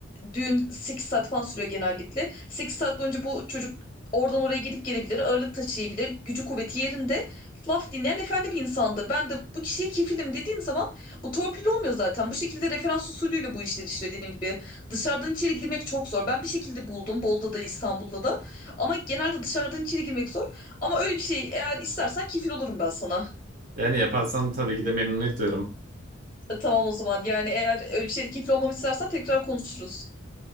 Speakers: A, on the left (about 20°); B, on the right (about 45°).
A: düğün 8 saat falan sürüyor genellikle. sekiz saat boyunca bu çocuk oradan oraya gidip gelebilir, ağırlık taşıyabilir, gücü kuvveti yerinde. Laf dinleyen efendi bir insandır. Ben de bu kişiye kefilim dediğim zaman bu torpil olmuyor zaten. Bu şekilde referans usulüyle bu işler işliyor dediğim gibi. Dışarıdan içeri girmek çok zor. Ben bir şekilde buldum Bolu'da da İstanbul'da da. Ama genelde dışarıdan içeri girmek zor. Ama öyle bir şey eğer istersen kefil olurum ben sana.
B: Yani yaparsan tabii ki de memnuniyet duyarım.
A: E, tamam o zaman. Yani eğer öyle bir şeyde kefil olmamı istersen tekrar konuşuruz.